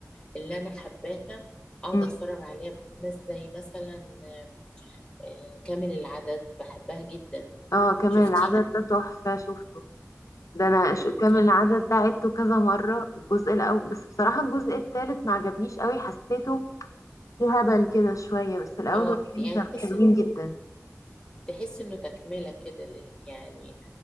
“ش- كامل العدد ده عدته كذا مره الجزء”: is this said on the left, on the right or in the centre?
Left